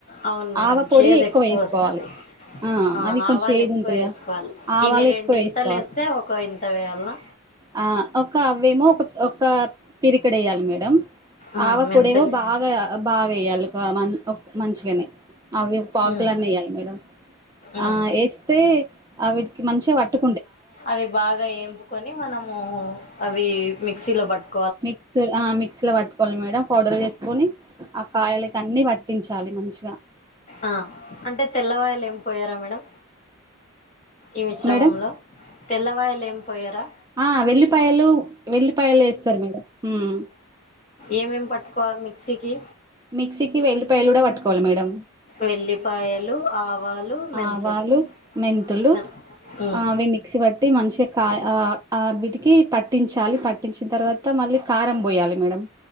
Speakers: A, on the left (about 35°); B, on the right (about 15°).
A: అవును మేడం
B: ఆవ పొడి
A: చేదు
B: ఎక్కువ వేసుకోవాలి
A: వస్తది ఆ
B: అది కొంచెం
A: ఆవాలు
B: ఏది
A: ఎక్కువ
B: ఉంటదిగా
A: వేసుకోవాలి
B: ఆవాలు
A: ఇవి రెండు
B: ఎక్కువ
A: ఇంతలు
B: వేసుకోవాలి
A: వేస్తే ఒక ఇంత వేయాలా
B: ఆ ఒక అవేమో ఒక ఒక పిడికెడు వెయ్యాలి మేడం
A: ఆ
B: ఆవ
A: మెంతులు
B: పొడేవో బాగా బాగ ఎయ్యాలి గ మన్ మంచిగనే అవి పావుకిలో
A: ఉమ్
B: అన్న వేయ్యాలి మేడం
A: ఉమ్
B: ఆ వేస్తే అ విటికి మంచిగా పట్టు
A: అవి బాగా ఏంపుకొని మనము అవి మిక్సీలో పట్టు
B: మిక్స్ ఆ మిక్స్ లో పట్టుకోవాలి మేడం పౌడర్ చేసుకొని ఆ కాయలకన్ని పట్ ట్టించాలి మంచిగా
A: ఆ అంటే తెల్లవాయలు ఏమ్ పొయ్యరా మేడం ఈ మిశ్రమంలో
B: మేడం
A: తెల్లవాయలు ఏమ్ పోయ్యరా
B: ఆ వెల్లిపాయలు వెల్లిపాయలు వేస్తారు మేడం మ్
A: ఎం ఎం పట్టుకోవాలి మిక్సీకి
B: మిక్సీకి వెళ్లిపాయలు కూడా పట్టుకోవాలి మేడం
A: వెల్లిపాయలు ఆవాలు మెంతులు
B: ఆవాలు మెంతులు
A: మెన్ ఉమ్,
B: ఆ అవి మిక్సీ పట్టి మంచిగా కా ఆ ఆ వీటికి పట్టించాలి పట్టించిన తర్వాత మళ్ళీ కారం బొయ్యలి మేడం